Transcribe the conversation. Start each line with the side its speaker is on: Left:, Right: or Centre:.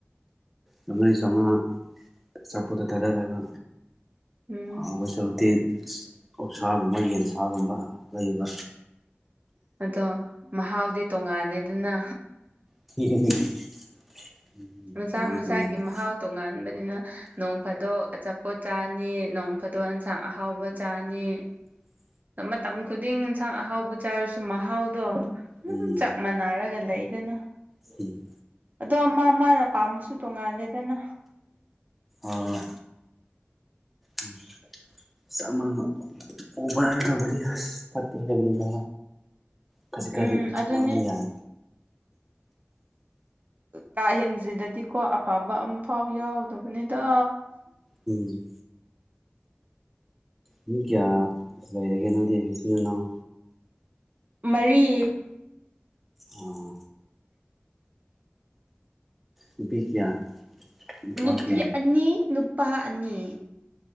Centre: ꯂꯧꯅꯩ ꯆꯥꯎꯉꯥ ꯑꯆꯥꯄꫭꯠꯇ ꯊꯥꯗꯔꯒ
Right: ꯎꯝ
Centre: ꯍꯥꯎꯒꯁꯥꯔꯨꯛꯇꯤ ꯑꯁ ꯑꯣꯛꯁꯥꯒꯨꯝꯕ ꯌꯦꯟꯁꯥꯒꯨꯝꯕ ꯂꯩꯕ
Right: ꯑꯗꯣ ꯃꯍꯥꯎꯗꯤ ꯇꯣꯡꯉꯥꯜꯂꯦꯗꯅ
Centre: <unintelligible>
Right: ꯃꯆꯥ
Centre: ꯃꯍꯥꯎꯗꯤ
Right: ꯃꯆꯥꯒꯤ
Centre: ꯇꯣꯉꯥꯟꯕꯅꯤ
Right: ꯃꯍꯥꯎ ꯇꯣꯉꯥꯟꯕꯅꯤꯅ ꯅꯣꯡ ꯐꯥꯗꯣꯛ ꯑꯆꯥꯄꯣꯠ ꯆꯥꯅꯤ ꯅꯣꯡ ꯐꯥꯗꯣꯛ ꯑꯦꯟꯁꯥꯡ ꯑꯍꯥꯎꯕ ꯆꯥꯅꯤ
Centre: <inaudible>
Right: ꯃꯇꯝ ꯈꯨꯗꯤꯡ ꯏꯟꯁꯥꯡ ꯑꯍꯥꯎꯕ ꯆꯥꯔꯁꯨ ꯃꯍꯥꯎꯗꯣ ꯑꯗꯨꯝ
Centre: ꯎꯝ
Right: ꯆꯞ ꯃꯥꯟꯅꯔꯒ ꯂꯩꯗꯅ
Centre: ꯍꯝ
Right: ꯑꯗꯣ ꯃꯥ ꯃꯥꯅ ꯄꯥꯝꯕꯁꯨ ꯇꯣꯡꯉꯥꯜꯂꯦꯗꯅ
Centre: ꯑꯥ ꯎꯝ ꯆꯥꯃꯟꯕ ꯑꯣꯕꯔ ꯇꯧꯕꯗꯤ ꯑꯁ ꯐꯠꯇꯦ ꯍꯥꯏꯕꯅꯤꯗ ꯈꯖꯤ ꯈꯖꯤꯛ
Right: ꯎꯝ ꯑꯗꯨꯅꯦ
Centre: ꯆꯥꯕꯗꯤ ꯌꯥꯏ
Right: ꯀꯥꯍꯦꯟꯖꯤꯜꯂꯥꯗꯤꯀꯣ ꯑꯐꯕ ꯑꯃ ꯐꯥꯎ ꯌꯥꯎꯗꯕꯅꯤꯗ
Centre: ꯎꯝ ꯃꯤ ꯀꯌꯥ ꯂꯣꯏꯔꯒꯦ ꯅꯣꯏꯗꯤ ꯏꯆꯤꯟ ꯏꯅꯥꯎ
Right: ꯃꯔꯤ
Centre: ꯑꯣ ꯅꯨꯄꯤ ꯀꯌꯥ ꯅꯨꯄꯥ
Right: ꯅꯨꯄꯤ
Centre: ꯀꯌꯥ
Right: ꯑꯅꯤ ꯅꯨꯄꯥ ꯑꯅꯤ